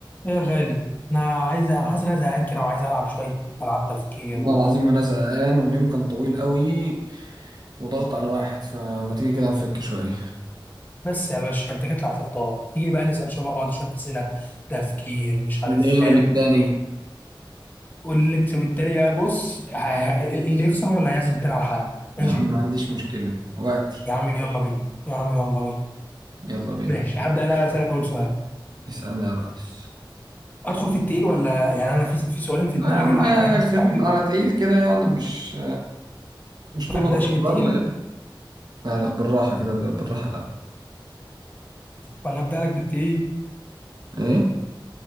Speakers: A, on the left (about 20°); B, on the right (about 50°).
A: يا غالي انا عايز حاسس ان انا زهقان كده وعايز العب شويه العاب تفكير
B: والله
A: و...
B: العظيم انا زهقان واليوم كان طويل قوي وضغط على الواحد فما تيجي كده نفك شويه
A: بس يا باشا انت جيت لي على الخطاب تيجي بقى نسال شويه بعض شويه اسئله تفكير مش عارف
B: اللي يغلب
A: فاهم
B: التاني
A: واللي يكتب الدنيا بقى بص ه- ه- اللي يخسر هو اللي هيعزم التاني على حاجه
B: يا
A: ماشي
B: عم ما عنديش مشكله وقتي
A: يا عم يلا بينا يا عم يلا بينا
B: يلا بينا
A: ماشي هبدا انا اسالك اول سؤال
B: اسالني يا ريس
A: ادخل في التقيل ولا يعني انا في في سؤالين في
B: لا
A: دماغي
B: يا عم
A: كده حاليا
B: خفيف
A: مستعجلين.
B: على تقيل كده يعني مش مش
A: ما
B: كله
A: ابداش
B: ضرب
A: بالتقيل
B: ضرب يعني لا لا بالراحه كده ابدا بالراحه الاول
A: ولا ابدا لك بالتقيل
B: ايه